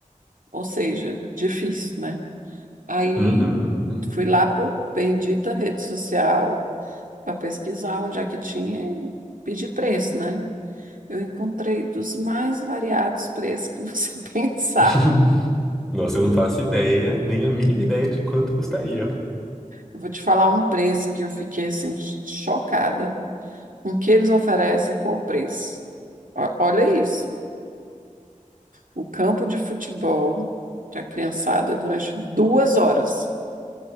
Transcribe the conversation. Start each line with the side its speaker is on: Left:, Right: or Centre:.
Right: Ou seja, difícil, né? Aí
Centre: Uhum.
Right: fui lá por bendita rede social para pesquisar onde é que tinha e pedir preço, né? Eu encontrei dos mais variados preços que você <laughs> pensar.
Centre: <laughs> Nossa, eu não faço ideia, nem a mínima ideia de quanto custaria.
Right: Eu vou te falar um preço que eu fiquei assim chocada com o que eles oferecem e com o preço. Ó- Olha isso. O campo de futebol para criançada durante duas horas.